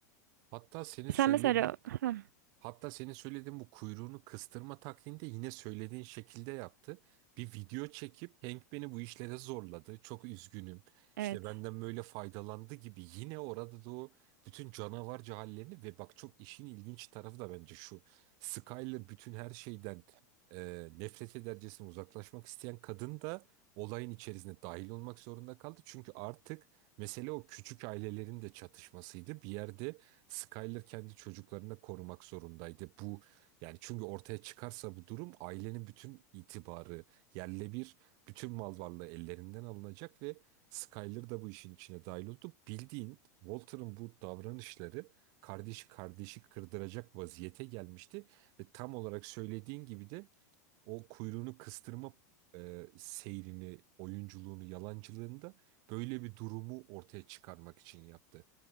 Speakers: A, on the right; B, on the right.
A: Hatta senin söylediğin
B: Sen mesela Heh,
A: Hatta senin söylediğin bu kuyruğunu kıstırma taktiğini de yine söylediğin şekilde yaptı. Bir video çekip Hank beni bu işlere zorladı. Çok üzgünüm.
B: evet.
A: İşte benden böyle faydalandı gibi yine orada da o bütün canavarca hallerini ve bak çok işin ilginç tarafı da bence şu. Skyler bütün her şeyden e, nefret edercesine uzaklaşmak isteyen kadın da olayın içerisine dahil olmak zorunda kaldı. Çünkü artık mesele o küçük ailelerin de çatışmasıydı. Bir yerde Skyler kendi çocuklarını korumak zorundaydı. Bu yani çünkü ortaya çıkarsa bu durum ailenin bütün itibarı yerle bir bütün mal varlığı ellerinden alınacak ve Skyler da bu işin içine dahil oldu. Bildiğin Walter'ın bu davranışları kardeşi kardeşi kırdıracak vaziyete gelmişti ve tam olarak söylediğin gibi de o kuyruğunu kıstırma e, seyrini, oyunculuğunu, yalancılığını da böyle bir durumu ortaya çıkarmak için yaptı.